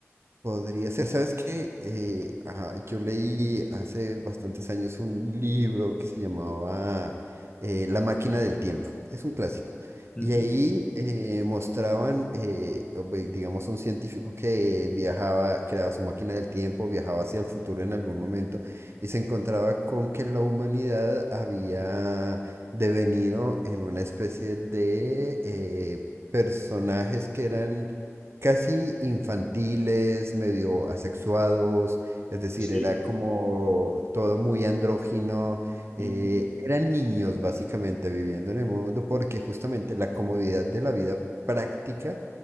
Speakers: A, on the right; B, on the left.
A: Podría ser, ¿sabes qué? Eh, ah, yo leí hace bastantes años un libro que se llamaba eh, La máquina del tiempo. Es un clásico.
B: Ujú.
A: Y ahí eh, mostraban, eh, o ve- digamos, un científico que viajaba, creaba su máquina del tiempo, viajaba hacia el futuro en algún momento y se encontraba con que la humanidad había devenido en una especie de eh, personajes que eran casi infantiles, medio asexuados, es decir,
B: Así.
A: era como todo muy andrógino. eh,
B: Ujú.
A: eran niños básicamente viviendo en el mundo porque justamente la comodidad de la vida práctica